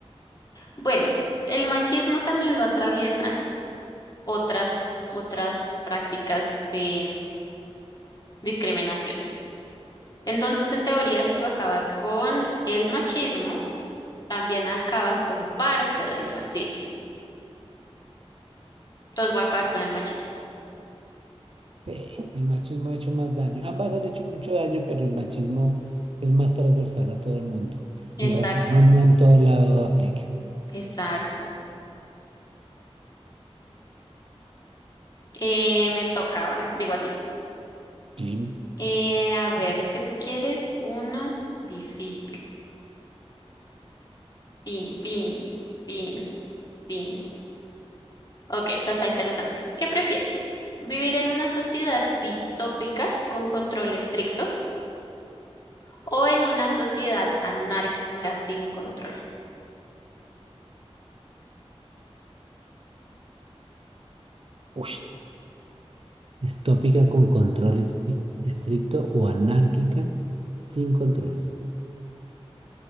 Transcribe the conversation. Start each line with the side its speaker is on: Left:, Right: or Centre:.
Left: Bueno, el machismo también lo atraviesan otras, otras prácticas de discriminación. Entonces, en teoría, si tú acabas con el machismo, también acabas con parte del racismo. Entonces, voy a acabar con el machismo.
Right: Sí, el machismo ha hecho más daño. Ambas han hecho mucho daño, pero el machismo es más transversal a todo el mundo. El
Left: Exacto,
Right: racismo no en todo lado aplica.
Left: exacto. Eh, me toca ahora, digo a ti.
Right: Sí.
Left: Eh, a ver, es que tú quieres uno difícil. Pin, pin, pin, pin. Ok, esta está interesante. ¿Qué prefieres? ¿Vivir en una sociedad distópica con control estricto o en una sociedad anárquica sin control?
Right: Uy. Distópica con control esti- estricto o anárquica sin control.